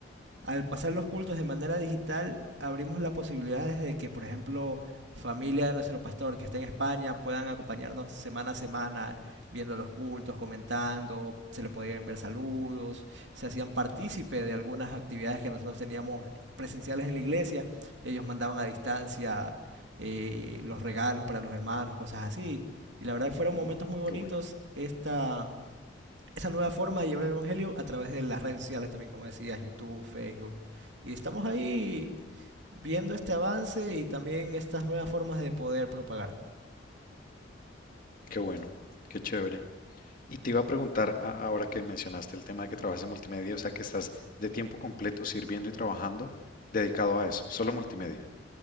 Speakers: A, on the right; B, on the left.
A: al pasar los cultos de manera digital, abrimos la posibilidad de que, por ejemplo, familia de nuestro pastor que está en España puedan acompañarnos semana a semana viendo los cultos, comentando, se le podían ver saludos, se hacían partícipe de algunas actividades que nosotros teníamos presenciales en la iglesia, ellos mandaban a distancia eh, los regalos para los hermanos, cosas así. Y la verdad que fueron momentos
B: Mm,
A: muy bonitos
B: qué bueno,
A: esta, esa nueva forma de llevar el Evangelio a través de las redes sociales también, como decías, YouTube, Facebook. Y estamos ahí viendo este avance y también estas nuevas formas de poder propagar.
B: qué bueno, qué chévere. Y te iba a preguntar, a- ahora que mencionaste el tema de que trabajas en multimedia, o sea, que estás de tiempo completo sirviendo y trabajando dedicado a eso, solo multimedia.